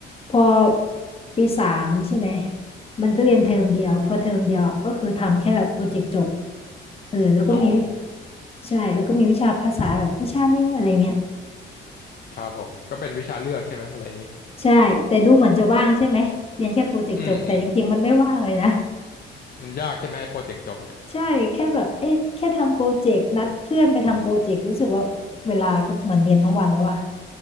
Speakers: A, on the left; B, on the left.
A: พอปีสามใช่ไหมมันก็เรียนเทอมเดียวพอเทอมเดียวก็คือทำแค่โปรเจกต์จบเออแล้วก็มี
B: อ๋อ
A: ใช่แล้วก็มีวิชาภาษาแบบวิชานึงอะไรเงี้ย
B: ครับผมก็เป็นวิชาเลือกใช่ไหมอะไรอย่างงี้
A: ใช่แต่ดูเหมือนจะว่างใช่ไหมเรียนแค่โปรเจกต์จบแต่จริงๆมันไม่ว่างเลยนะ
B: อืมอืมมันยากใช่ไหมโปรเจกต์จบเนี่ย
A: <laughs> ใช่แค่แบบเอ้ยแค่ทำโปรเจกต์นัดเพื่อนไปทำโปรเจกต์รู้สึกว่าเวลาก็เหมือนเรียนทั้งวันแล้วว่ะ